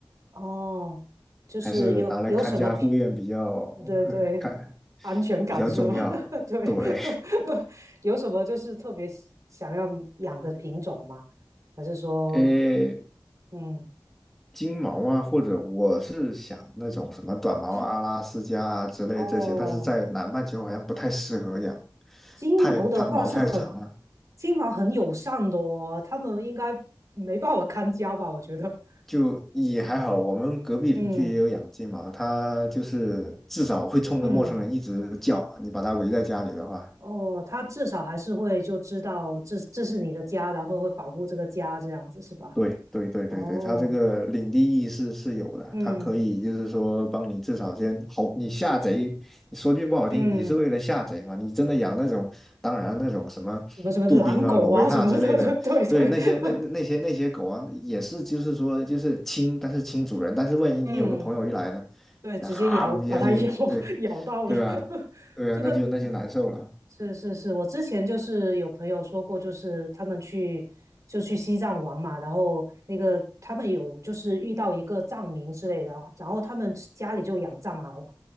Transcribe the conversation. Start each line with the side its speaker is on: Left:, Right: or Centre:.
Right: 哦，就是有有什么偏，
Centre: 还是拿来看家护院比较
Right: 对对，
Centre: <laughs> 看
Right: 安全感是吗？
Centre: 比较重要。
Right: <laughs> 对，
Centre: 对，
Right: <laughs> 有什么就是特别喜想要养的品种吗？还是说，
Centre: <laughs> 哎
Right: 嗯，
Centre: 金毛啊，或者我是想那种什么短毛阿拉斯加啊之类这些，
Right: 金哦，
Centre: 但是在南半球好像不太适合养，
Right: 金毛的话是很，
Centre: 太它毛太长了。
Right: 金毛很友善的哦，它们应该没办法看家吧？我觉得。
Centre: 就也还好，我们隔壁邻居也有养金毛，
Right: 嗯
Centre: 它就是至少会冲着陌生人一直叫，
Right: 嗯，
Centre: 你把它围在家里的话。
Right: 哦，他至少还是会就知道这这是你的家，然后会保护这个家这样子是吧？
Centre: 对对对对对，
Right: 哦，
Centre: 它这个领地意识是有的，
Right: 嗯
Centre: 它可以就是说帮你至少先好，你下贼，你说句不好听，
Right: 嗯，
Centre: 你是为了下贼嘛？你真的养那种，当然那种什么杜宾啊、
Right: 什么什么狼狗啊什么的，
Centre: 罗威纳之类的，
Right: <laughs> 对对对，
Centre: 对那些那那那些那些狗啊，也是就是说就是亲，但是亲主人，但是万一你有个朋友一来呢，
Right: <laughs> 嗯，对，
Centre: 那哈一下就对
Right: 直接咬把它咬 <laughs> 咬到了，
Centre: 对吧？对啊，
Right: 这个
Centre: 那就那就难受了，
Right: 是是是，我之前就是有朋友说过，就是他们去就去西藏玩嘛，然后那个他们有就是遇到一个藏民之类的，然后他们家里就养藏獒。